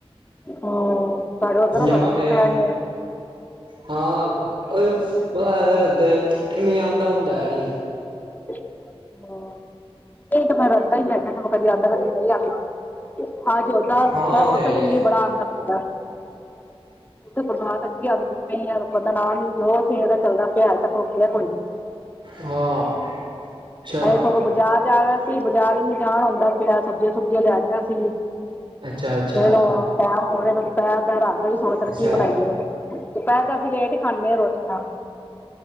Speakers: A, on the left; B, on the right.
A: ਹਮ ਸਾਡੇ ਉੱਧਰ
B: ਹੁਣ ਜਾਵਾਂਗੇ
A: ਬੜਾ ਮੀਂਹ ਪੈਣ ਡਿਆ।
B: ਹਾਂ, ਬਸ ਪਤਾ ਇੱਥੇ ਮੀਂਹ ਆਉਂਦਾ ਉਂਦਾ ਹੈ ਨੀ।
A: ਹਾਂ, ਏ ਤੇ ਫਿਰ ਏਦਾਂ ਹੀ ਏਥੇ ਕਦੇ ਆੳਦਾਂ ਹੈ, ਕਦੀ ਨਹੀਂ ਆਉਂਦਾ। ਅਜ ਔਂਦਾ,
B: ਹਾਂ ਉਹ
A: ਉੱਥੇ
B: ਹੈ ਹੀ
A: ਤੇ ਮੀਂਹ
B: ਹੈ।
A: ਬੜਾ ਆਉਂਦਾ ਪਿਆ। ਉੱਥੇ ਬਰਸਾਤ ਅੱਗੇ ਆਉਂਦੀ ਪਈ ਰੁਕਣ ਦਾ ਨਾਂ ਨਹੀਂ ਜੋ ਸਵੇਰ ਦਾ ਚੱਲਦਾ ਪਿਆ ਹੱਲੇ ਤੱਕ ਰੁਕਿਆ ਕੋਈ ਨੀ।
B: ਹਾਂ ਅੱਛਾ,
A: ਅਸੀ ਸਗੋਂ ਬਾਜ਼ਾਰ ਜਾਣਾ ਸੀ, ਬਾਜ਼ਾਰ ਵੀ ਨੀ ਜਾਣ ਹੁੰਦਾ ਪਿਆ। ਸਬਜ਼ੀਆਂ ਸੁਬਜ਼ੀਆਂ ਲੈਆਣੀਆਂ ਸੀ।
B: ਅੱਛਾ, ਅੱਛਾ।
A: ਫਿਰ ਔ ਪੈਰ ਮੋੜੇ ਕਦੀ ਪੈਰ ਰਾਤ ਦਾ ਵੀ ਸੋਚਦੇ
B: ਅੱਛਾ।
A: ਕੀ ਬਣਾਈਏ? ਦੁਪੇਹਰ ਤਾਂ ਅਸੀਂ ਲੇਟ ਹੀ ਖਾਂਦੇ ਹਾਂ ਰੋਟੀਆ।